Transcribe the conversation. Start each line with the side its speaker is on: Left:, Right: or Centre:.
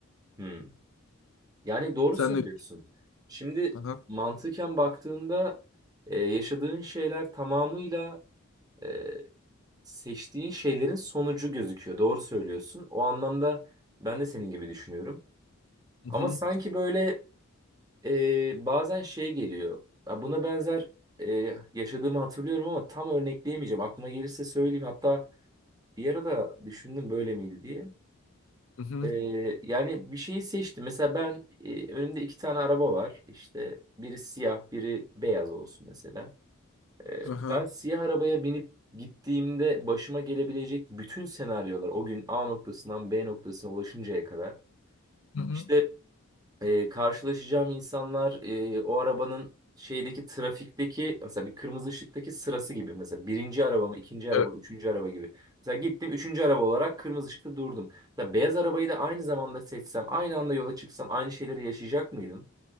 Right: hı. Yani doğru
Left: Sen
Right: söylüyorsun.
Left: ne
Right: Şimdi
Left: Aha.
Right: mantıken baktığında e, yaşadığın şeyler tamamıyla e, seçtiğin şeylerin sonucu gözüküyor. Doğru söylüyorsun. O anlamda ben de senin gibi düşünüyorum.
Left: Hı-hı.
Right: Ama sanki böyle e, bazen şey geliyor. Ya Buna benzer e, yaşadığımı hatırlıyorum ama tam örnekleyemeyeceğim. Aklıma gelirse söyleyeyim. Hatta bir ara da düşündüm böyle miydi diye.
Left: Hı-hı.
Right: E, yani bir şeyi seçtim. Mesela ben e, önümde iki tane araba var. İşte biri siyah, biri beyaz olsun mesela. E,
Left: Aha.
Right: ben siyah arabaya binip gittiğimde başıma gelebilecek bütün senaryolar o gün A noktasından B noktasına ulaşıncaya kadar.
Left: Hı-hı.
Right: İşte e, karşılaşacağım insanlar e, o arabanın şeydeki trafikteki mesela bir kırmızı ışıktaki sırası gibi mesela birinci araba mı ikinci araba
Left: Evet.
Right: üçüncü araba gibi. Mesela gittim üçüncü araba olarak kırmızı ışıkta durdum. Mesela beyaz arabayı da aynı zamanda seçsem aynı anda yola çıksam aynı şeyleri yaşayacak mıydım?